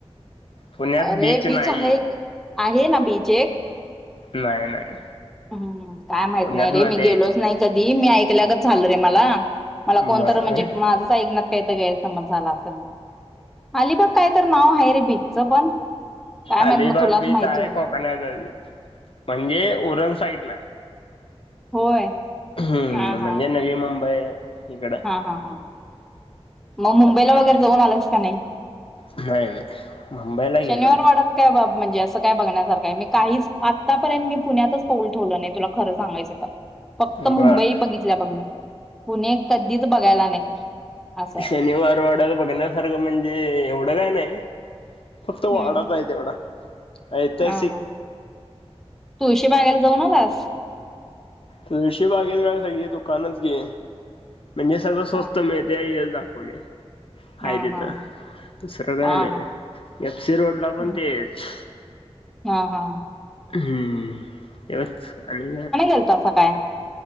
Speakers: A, on the left; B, in the centre.
A: पुण्यात
B: अरे बीच
A: नाही
B: आहे आहे ना बीच एक
A: नाही नाही
B: हम् काय माहित
A: पुण्यात
B: नाही
A: नद्या
B: रे मी
A: आहेत.
B: गेलोच नाही कधी मी ऐकल्या काच झालो रे मला मला कोणत
A: बर
B: म्हणजे माझंच ऐकना का तर गैरसमज झाला असेल अली बघ काय तर नाव आहे रे बीचचं पण काय माहित
A: अलिबाग
B: मग तुलाच
A: बीच
B: माहिती
A: आहे
B: होईल
A: कोकणज म्हणजे उरण साईड ला आहे
B: होय
A: हम्म
B: हा हा
A: म्हणजे नवी मुंबई इकडं
B: हा हा हा मग मुंबईला
A: तिकडं
B: वगैरे जाऊन आलंस का नाही
A: नाही नाही मुंबईला घेल
B: शनिवार
A: नाही
B: वाडात काय बा म्हणजे असं काय बघण्यासारखं मी काहीच आत्तापर्यंत मी पुण्यातच पाऊल ठेवलं नाही तुला खरं सांगायचं तर फक्त मुंबई
A: बर
B: बघितल्या बघ मी पुणे वगला नाही असं आहे
A: शनिवारवाड्यात बघण्यासारखं म्हणजे एवढं काय नाही फक्त वाडाच
B: हम्म
A: आहे तेवढा ऐतिहासिक
B: हा हा तुळशी बाघायला जाऊ नलास
A: तुळशी बागेत का सगळी दुकानच घे म्हणजे सगळं स्वस्त
B: हा
A: मिळत ते येल दाखवले आहेय
B: हा
A: तिथं
B: हा हा
A: दुसरं काय
B: हा
A: नाही
B: हा
A: एफसी रोड ला पण
B: हम्म
A: तेच
B: हा हा
A: हम्म तेवच आणि
B: आलतासा काय